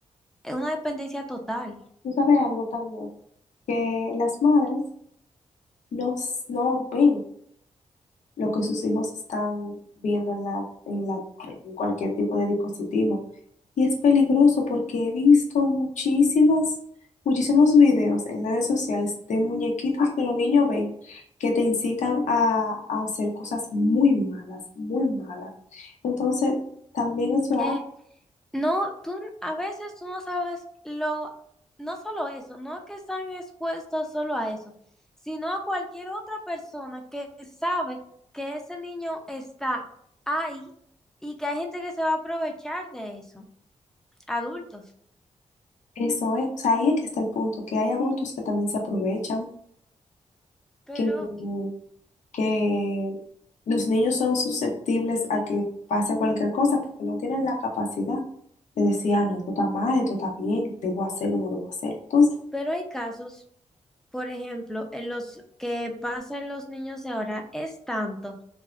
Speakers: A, in the centre; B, on the left (about 75°).
A: Es una dependencia total.
B: Tú sabes algo también, que las madres no, s- no ven. lo que sus hijos están viendo en la, en la, en cualquier tipo de dispositivo. Y es peligroso porque he visto muchísimas, muchísimos videos en redes sociales de muñequitos que los niños ven que te incitan a, a hacer cosas muy malas, muy malas. Entonces, también eso
A: que
B: es algo-
A: no, tú a veces tú no sabes lo, no solo eso, no que están expuestos solo a eso, sino a cualquier otra persona que sabe que ese niño está ahí y que hay gente que se va a aprovechar de eso, adultos.
B: eso es, o sea, ahí es que está el punto, que hay adultos que también se aprovechan,
A: Pero
B: que que los niños son susceptibles a que pase cualquier cosa porque no tienen la capacidad de decir, ah, no, esto está mal, esto está bien, debo hacerlo, no debo hacer. Entonces,
A: Pero hay casos, por ejemplo, en los que pasa en los niños de ahora es tanto